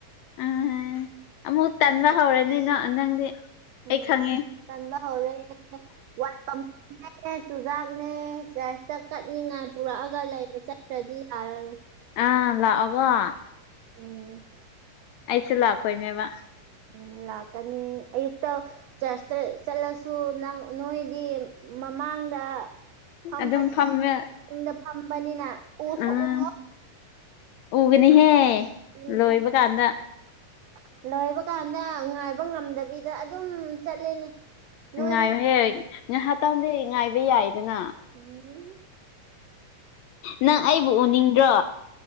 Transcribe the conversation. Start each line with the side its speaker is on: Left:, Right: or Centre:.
Left: ꯎꯝ ꯑꯃꯨꯛ ꯇꯟꯕ ꯍꯧꯔꯦꯅꯦ ꯅ ꯅꯪꯗꯤ
Right: ꯎꯝ
Left: ꯑꯩ ꯈꯪꯉꯦ
Right: ꯑꯃꯨꯛ ꯇꯟꯕ ꯍꯧꯔꯦ <unintelligible> ꯆꯨꯖꯥꯛꯅꯦ ꯆꯔꯆꯇ ꯀꯠꯅꯤꯡꯉꯥꯏ ꯄꯨꯔꯛꯑꯒ ꯂꯩꯔꯦ ꯆꯠꯇꯔꯗꯤ ꯌꯥꯔꯔꯣꯏ
Left: ꯑ ꯂꯥꯛꯑꯒ
Right: ꯑꯣ
Left: ꯑꯩꯁꯨ ꯂꯥꯛꯄꯩꯅꯦꯕ
Right: ꯎꯝ ꯂꯥꯛꯀꯅꯤ ꯑꯌꯨꯛꯇ ꯆꯔꯆꯇ ꯆꯠꯂꯁꯨ ꯅꯣꯏꯗꯤ ꯃꯃꯥꯡꯗ ꯐꯝꯕꯅꯤꯅ
Left: ꯑꯗꯨꯝ ꯐꯝꯃꯦ
Right: ꯑꯩꯈꯣꯏꯅ ꯃꯅꯤꯡꯗ ꯐꯝꯕꯅꯤꯅ ꯎꯁꯨ
Left: ꯎꯝ
Right: ꯎꯔꯣꯏ
Left: ꯎꯒꯅꯤꯍꯦ
Right: <unintelligible>
Left: ꯂꯣꯏꯕ ꯀꯥꯟꯗ
Right: ꯂꯣꯏꯕ ꯀꯥꯟꯗ ꯉꯥꯏꯕ ꯉꯝꯗꯕꯤꯗ ꯑꯗꯨꯝ ꯆꯠꯂꯦꯅꯦ ꯅꯣꯏꯗꯤ
Left: ꯉꯥꯏꯌꯣꯍꯦ ꯉꯥꯏꯍꯥꯛꯇꯪꯗꯤ ꯉꯥꯏꯕ ꯌꯥꯏꯗꯅ
Right: ꯎꯝ
Left: ꯅꯪ ꯑꯩꯕꯨ ꯎꯅꯤꯡꯗ꯭ꯔꯣ